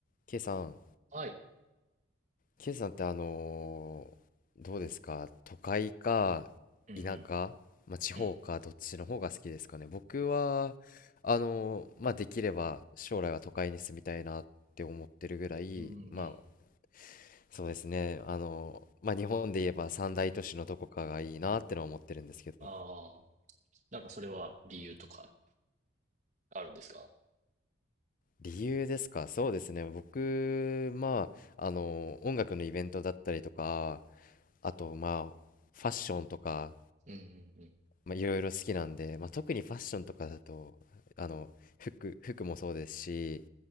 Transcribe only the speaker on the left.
K さん、
K さんってあのーどうですか都会か田舎、
まあ、地方かどっちの方が好きですかね僕は、
あのーまあ、できれば将来は都会に住みたいなって思ってるぐらい、
まあ、そうですね、あのーまあ、日本で言えば三大都市のどこかがいいなってのは思ってるんですけど、
理由ですかそうですね、僕、まあ、あのー音楽のイベントだったりとか、あと、まあ、ファッションとか、
まあ、いろいろ好きなんで、まあ、特にファッションとかだと、あの、服、服もそうですし、